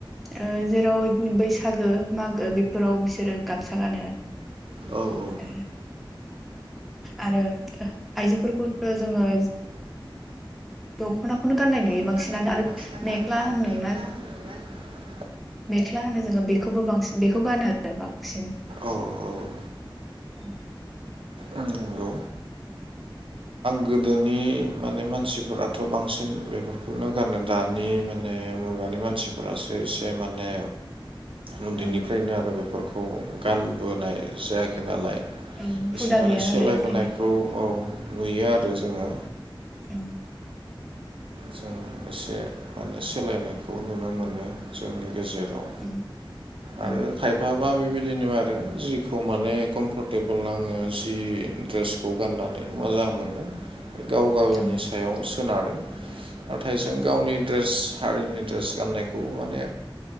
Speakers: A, in the centre; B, on the right.
A: ओ जेराव इदिनो बैसागो मागो बेफोराव बिसोरो गामसा गानो
B: औ औ।
A: आरो आरो आइजोफोरखौथ' जोङो दख'नाखौनो गाननाय नुयो।
B: <unintelligible>
A: बांसिनानो आरो
B: आरो
A: मेख्ला होनदोंना
B: मेख्ला होना
A: मेख्ला होनो जोङो बेखौबो बांसिन बेखौ गानो आरो बांसिन।
B: औ औ।
A: औ।
B: उ नंगौ। गोदोनि माने मानसिफोराथ' बांसिन बेफोरखौ बेखौनो गारनो दानि माने मुगानि मानसिफोरासो एसे माने उन्दैनिफ्रायनो
A: औ
B: आरो बेफोरखौ गानबोनाय जायाखै नालाय।
A: औ
B: एसे
A: हुदा
B: माने
A: गैया
B: सोलायबोनायखौ
A: नालाय ओंखायनो
B: औ नुयो आरो जोङो।
A: औ।
B: जों एसे माने सोलायनायखौ नुनो मोनो जोंनि गेजेराव
A: उम
B: आरो
A: उम
B: खायफा बा बेबायदिनो आरो जिखौ माने कमफरटेबोल नङो जि द्रेस खौ गाननानै मोजां मोनो बे गाव गावनि
A: औ
B: सायाव सोनारो। नाथाय जों
A: औ
B: गावनि ड्रेस हारिनि ड्रेस गाननायखौबो माने